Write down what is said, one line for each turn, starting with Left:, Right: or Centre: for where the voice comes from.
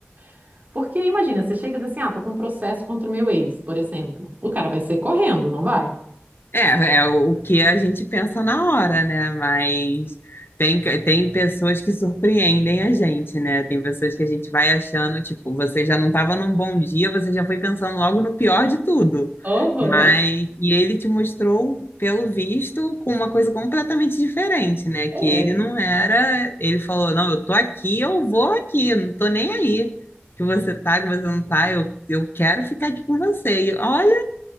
Right: <laughs> Porque imagina, você chega e diz assim, ah, tô com um processo contra o meu ex, por exemplo. O cara vai sair correndo, não vai?
Left: É, é o que a gente pensa na hora, né? Mas tem, tem pessoas que surpreendem a gente, né? Tem pessoas que a gente vai achando, tipo, você já não estava num bom dia, você já foi pensando logo no pior de tudo.
Right: Uhum.
Left: Mas, e ele te mostrou, pelo visto, com uma coisa completamente diferente, né? Que
Right: É.
Left: ele não era, ele falou, não, eu tô aqui, eu vou aqui, eu não tô nem aí. Que você tá, que você não tá, eu, eu quero ficar aqui com você. E olha,